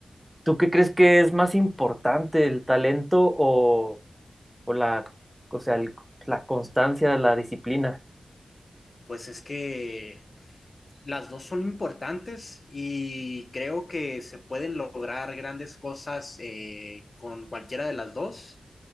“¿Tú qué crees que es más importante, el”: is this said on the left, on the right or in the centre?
Centre